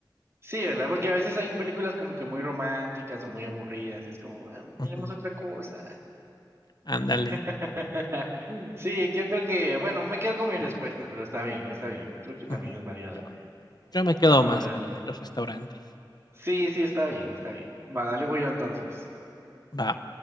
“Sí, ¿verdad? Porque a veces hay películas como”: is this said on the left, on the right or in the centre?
Right